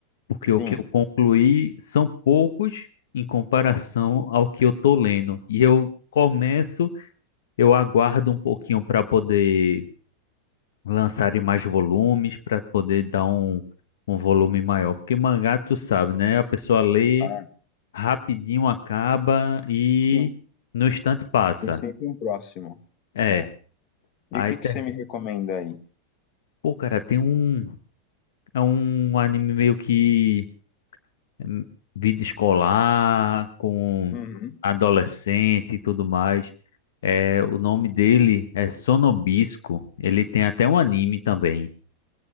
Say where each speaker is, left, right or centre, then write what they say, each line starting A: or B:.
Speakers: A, on the left (about 75°); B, on the left (about 45°).
A: porque
B: Sim.
A: o que eu concluí são poucos em comparação ao que eu tô lendo. E eu começo, eu aguardo um pouquinho pra poder lançarem mais volumes para poder dar um, um volume maior. Porque mangá, tu sabe, né? A pessoa lê,
B: Ah,
A: rapidinho acaba e
B: sim.
A: no instante passa.
B: tem sempre um próximo.
A: É.
B: É. E
A: Aí
B: o que
A: tem.
B: que você me recomenda aí?
A: Pô, cara, tem um. É um anime meio que hum, vida escolar, com
B: Uhum.
A: adolescente e tudo mais. É, o nome dele é Sonobisco. Ele tem até um anime também.